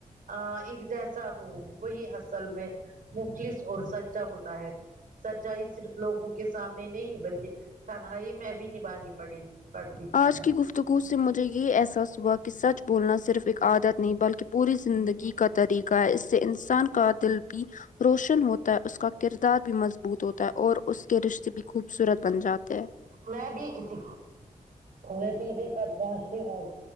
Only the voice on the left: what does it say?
آج
کی گفت گو سے مجھے یہ احساس ہوا کہ سچ بولنا صرف ایک عادت نہیں بلکہ پوری زندگی کا طریقہ ہے اس سے انسان کا دل بھی روشن ہوتا ہے اس کا کردار بھی مضبوط ہوتا ہے اور اس کے رشتے بھی خوبصورت بن جاتے ہیں